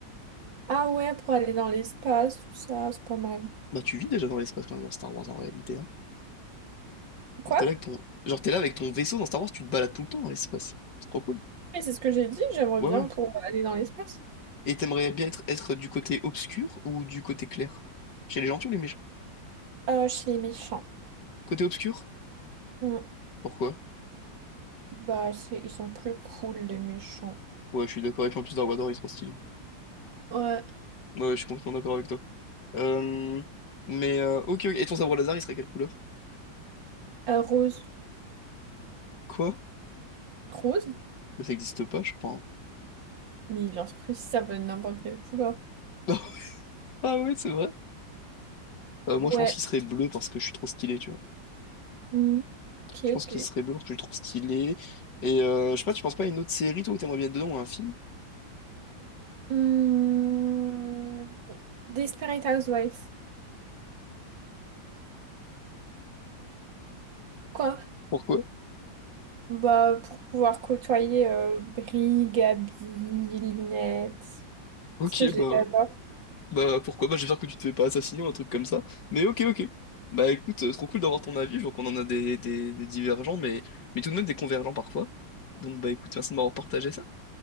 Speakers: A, on the right; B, on the left.
A: Ah ouais, pour aller dans l'espace, tout ça, c'est pas mal.
B: Bah, tu vis déjà dans l'espace quand même dans Star Wars en réalité. Hein.
A: Quoi?
B: Genre, t'es là avec ton... Genre, t'es là avec ton vaisseau dans Star Wars, tu te balades tout le temps dans l'espace. C'est trop cool.
A: Et c'est ce que j'ai dit, j'aimerais
B: Ouais,
A: bien
B: ouais.
A: pour aller dans l'espace.
B: Et t'aimerais bien être, être du côté obscur ou du côté clair? Chez les gentils ou les méchants?
A: Euh, chez les méchants.
B: Côté obscur?
A: Hmm.
B: Pourquoi?
A: Bah, c'est... ils sont plus cool, les méchants.
B: Ouais, je suis d'accord. Et puis en plus, Dark Vador, il est trop stylé.
A: Ouais,
B: Ouais, ouais, je suis complètement d'accord avec toi. Euh... Mais, euh, ok, ok. Et ton sabre laser, il serait quelle couleur?
A: Euh, rose.
B: Quoi?
A: Rose?
B: Bah, ça existe pas, je crois.
A: Mais bien sûr que si ça peut être n'importe quelle couleur.
B: hein. <laughs> Ah ouais, c'est vrai. Euh, moi,
A: Ouais.
B: je pense qu'il serait bleu parce que je suis trop stylé, tu vois.
A: Hmm. Ok,
B: Je pense
A: ok.
B: qu'il serait blanc, parce que je suis trop stylé. Et euh, je sais pas, tu penses pas à une autre série, toi, où t'aimerais bien être dedans ou à un film?
A: Hmm. Desperate Housewife. Quoi?
B: Pourquoi?
A: Bah, pour pouvoir côtoyer euh, Brie, Gabi, Linette.
B: Ok,
A: Parce que je
B: bah,
A: les adore.
B: bah pourquoi? Bah, j'espère que tu te fais pas assassiner ou un truc comme ça. Mais ok, ok. Bah écoute, euh, trop cool d'avoir ton avis. Je vois qu'on en a des, des, des divergents, mais, mais tout de même des convergents parfois. Donc bah écoute, merci de m'avoir partagé ça.